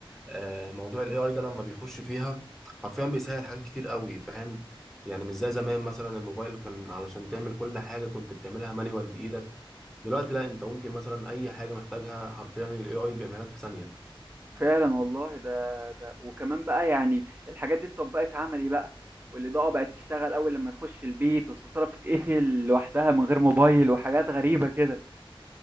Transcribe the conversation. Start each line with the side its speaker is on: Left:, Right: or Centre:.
Centre: آه، موضوع الاي اي ده لما بيخش فيها حرفيا بيسهل حاجات كتير قوي فاهم يعني مش زي زمان مثلا الموبايل كان علشان تعمل كل حاجه كنت بتعملها مانيوال بايدك دلوقتي لا انت ممكن مثلا اي حاجه محتاجها حرفيا الاي اي بيعملها لك في ثانيه
Right: <laughs> فعلا والله ده ده وكمان بقى يعني الحاجات دي اتطبقت عملي بقى والاضاءة بقت تشتغل اول لما تخش البيت والستارة بتتقفل لوحدها من غير موبايل وحاجات غريبة كده